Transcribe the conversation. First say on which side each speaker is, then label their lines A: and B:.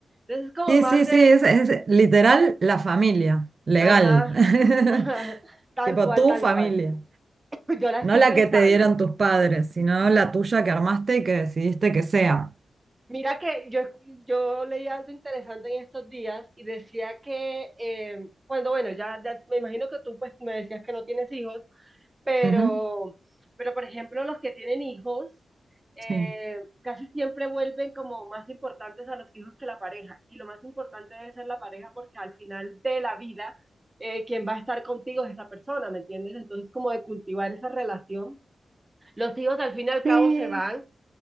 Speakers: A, on the right; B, on the right.
A: Entonces es como
B: Sí,
A: más
B: sí,
A: de,
B: sí, es, es literal la familia, legal.
A: ajá,
B: <laughs>
A: <laughs> ajá, tal
B: Tipo
A: cual,
B: tu
A: tal
B: familia.
A: cual. <laughs> Yo la estoy
B: No la
A: pensando.
B: que te dieron tus padres, sino la tuya que armaste y que decidiste que sea.
A: Mira que yo, yo leí algo interesante en estos días y decía que eh, cuando, bueno, ya, ya me imagino que tú pues me decías que no tienes hijos, pero,
B: Ujú,
A: pero por ejemplo los que tienen hijos eh,
B: Sí.
A: casi siempre vuelven como más importantes a los hijos que la pareja y lo más importante debe ser la pareja porque al final de la vida eh, quien va a estar contigo es esa persona, ¿me entiendes? Entonces como de cultivar esa relación. Los hijos al fin y al
B: Sí.
A: cabo se van